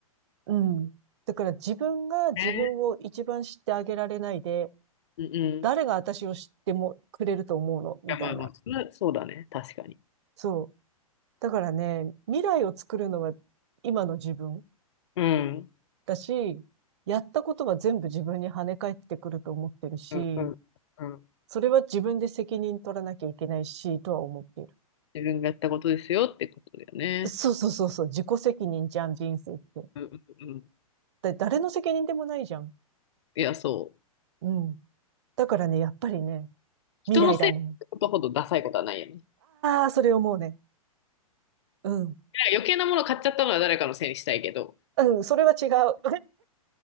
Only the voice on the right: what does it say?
うん。だから自分が自分を一番知ってあげられないで、
誰が私を知ってもくれると思うのみたいな。
そう。だからね、未来を作るのは今の自分
だし、やったことは全部自分に跳ね返ってくると思ってるし、
それは自分で責任取らなきゃいけないし、とは思っている。
そうそうそうそう、自己責任じゃん、人生って。
だ誰の責任でもないじゃん。
うん。だからね、やっぱりね、
未来だね。ああ、それ思うね。うん。
うん、それは違う。<laughs>